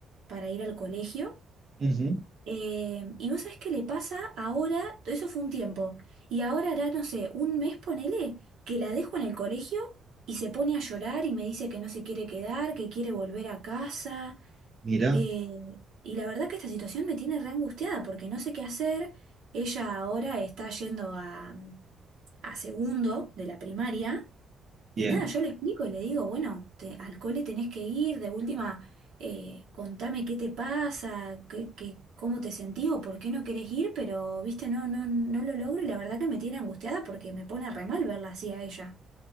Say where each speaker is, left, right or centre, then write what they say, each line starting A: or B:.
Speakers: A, on the right (about 75°); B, on the right (about 40°).
A: para ir al colegio.
B: Ujú,
A: Eh, y vos sabés qué le pasa ahora, eso fue un tiempo, y ahora hará, no sé, un mes ponele, que la dejo en el colegio y se pone a llorar y me dice que no se quiere quedar, que quiere volver a casa.
B: Mira,
A: eh, y la verdad que esta situación me tiene re angustiada porque no sé qué hacer. Ella ahora está yendo a, a segundo de la primaria. Y
B: bien.
A: nada, yo le explico y le digo, bueno, te- al cole tenés que ir, de última, eh, contame qué te pasa, qué, qué- cómo te sentís o por qué no querés ir, pero, viste, no, no, no lo logro y la verdad que me tiene angustiada porque me pone re mal verla así a ella.